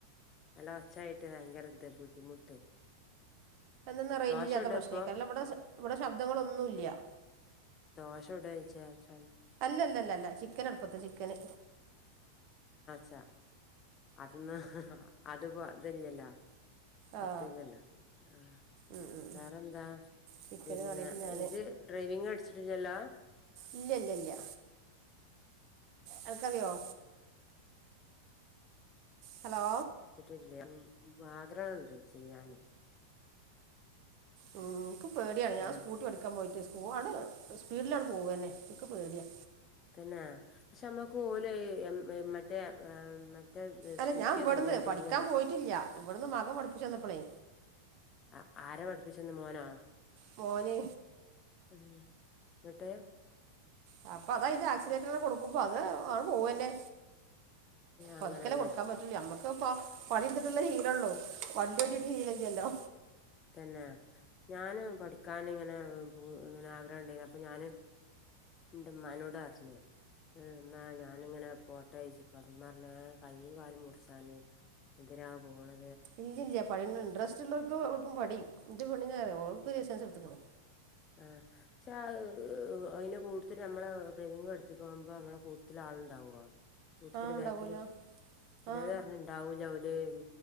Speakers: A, on the left; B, on the right.
A: നല്ല ഒച്ചായിട്ട് ഭയങ്കര ഇത് ബുദ്ധിമുട്ട്
B: എന്നന്നാ റേഞ്ചില്ലാത്ത
A: ദോശ ചുട
B: പ്രശ്നേക്കും
A: ഇപ്പൊ
B: അല്ലാ ഇവിടെ ഇവിടെ ശബ്ദങ്ങളൊന്നൂല്ല്യ
A: അശോ <unintelligible>
B: അല്ല ല്ല അല്ല ചിക്കൻ അടുപ്പത്താ ചിക്കന്
A: ച അതൊന്ന് അത്പ അതില്ലല്ലോ മറ്റേനല്ല
B: ആ
A: ആഹ്
B: ഉം ഉം
A: വേറെന്താ
B: ചിക്കന്
A: പിന്നെ
B: വേണ്ടിയിട്ട് ഞാൻ
A: ഇജ് ഡ്രൈവിങ്ങ് പടിച്ചിട്ടില്ലല്ലോ
B: ഇല്ല്യ ല്ല്യ ല്ല്യ
A: <inaudible>
B: അനക്കറിയോ ഹലോ
A: വിട്ടില്ല ആഗ്രഹണ്ട് ചെയ്യാന്
B: ഉം ഇൻക്ക് പേടിയാണ്
A: ഹലോ
B: ഞാൻ സ്കൂട്ടി പടിക്കാൻ പോയിട്ട് പോവാണെ സ്പീഡിലാണ്ട് പോവെന്നെ ഇൻക് പേടിയാ
A: തന്നെ പക്ഷെ നമ്മക്ക് ഓല് മറ്റേ <unintelligible>
B: അല്ല
A: സ്കൂട്ടിയാ
B: ഞാൻ ഇവട്ന്ന്
A: തരാ അല്ലെങ്കിൽ
B: പഠിക്കാൻ
A: എം
B: പോയിട്ടില്ല ഇവട്ന്ന് മകം പഠിപ്പിച്ചു തന്നപ്പളേ
A: ആ ആരാ പഠിപ്പിച്ചെന്നെ മോനോ
B: മോന്
A: ഉം. എന്നിട്ട്
B: ആ അപ്പൊ അതയ്ന്റെ ആക്സിലേറ്റ അങ്ങനെ കൊടുക്കുമ്പോ അത് ആണ്ട് പോവന്നെ
A: അങ്ങനെല്ലേ
B: പത്ക്കല്ലെ കൊടുക്കാൻ പറ്റൊലള്ളു നമ്മക്ക് നമക്കിപ്പം പണിഇട്ത്ട്ടല്ലെ ശീലൊള്ളൂ വണ്ടി ഓട്ടീട്ട് ശീലം ഇല്ലല്ലോ
A: തന്നെ ഞാന് പഠിക്കാൻ ഇങ്ങനെ അങ്ങനെ ആഗ്രഹം ഇണ്ടായീനി അപ്പൊ ഞാന് ഇൻ്റെ ഇമ്മാ നോട് പറഞ്ഞ് ഇമ്മാ ഞാനിങ്ങനെ പോട്ടെ ചോയിചപ്പം ഇമ്മ പറഞ്ഞ് ഏ കയ്യും കാലും മുറിച്ചാന് എന്തിനാ പോണേ
B: ഇല്ല ഇല്ല പഠിം ഇൻട്രസ്റ്റ് ഉള്ളോർക്ക് എളുപ്പം പഠിം ഇൻ്റെ പെണ്ണ്ന് അറിം ഓള് ഇപ്പം ലൈസൻസ് എടുത്ത്ക്ക്ണ്
A: ആ പക്ഷെ ആ അതിനെക്കെ കൊടു ഇതിന് നമ്മള് ഡ്രൈവിങ്ങ് പഠിപ്പിക്കാുമ്പോ നമ്മള് നമ്മളെ കൂട്ടതിൽ ആളുണ്ടാവോ കൂട്ടത്തിൽ
B: ആ ഉണ്ടാവുമല്ലോ
A: ബേക്കില് ചിലര്
B: ആ
A: പറഞ്ഞ് ഇണ്ടാവൂല ഓല് ഉം